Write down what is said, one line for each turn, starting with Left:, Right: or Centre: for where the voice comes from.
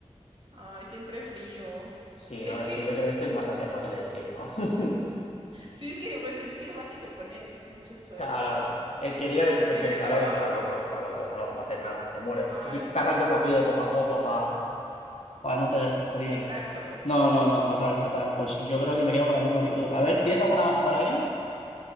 Right: Ay, siempre frío.
Left: Sí,
Right: Es
Left: no, es
Right: que,
Left: que yo creo que este es bastante fácil de decir, ¿no? <laughs>
Right: sí, es que pues el frío vas y te pones muchos suéteres,
Left: Claro.
Right: ¿no?
Left: El que diga que prefiere
Right: Y en el
Left: calor
Right: calor,
Left: está loco, está loco, no, no, no haces nada, te mueres.
Right: ay,
Left: Te, qui- te
Right: sí,
Left: arrancas la piel poco a poco para no tener frío.
Right: exacto.
Left: No, no, no, fatal, fatal. Pues yo creo que me quedo con la misma que tú. A ver, ¿tienes alguna más por ahí?